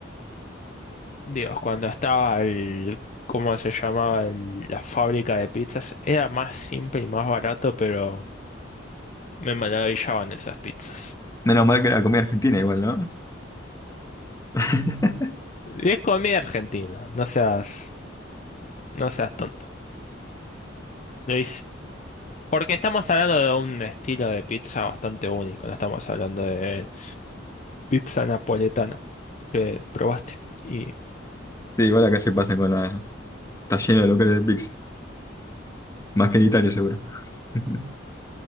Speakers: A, on the left (about 40°); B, on the left (about 15°).
A: Dios, cuando estaba el, ¿cómo se llamaba? el- la fábrica de pizzas, era más simple y más barato, pero me maravillaban esas pizzas.
B: Menos mal que era comida argentina igual, ¿no? <laughs>
A: Y es comida argentina, no seas, no seas tonto. Lo hice- Porque estamos hablando de un estilo de pizza bastante único, no estamos hablando de pizza napoletana que probaste. Y
B: Sí, igual acá se pasa con la... Está lleno de locales de pizza. Más que en Italia, seguro. <laughs>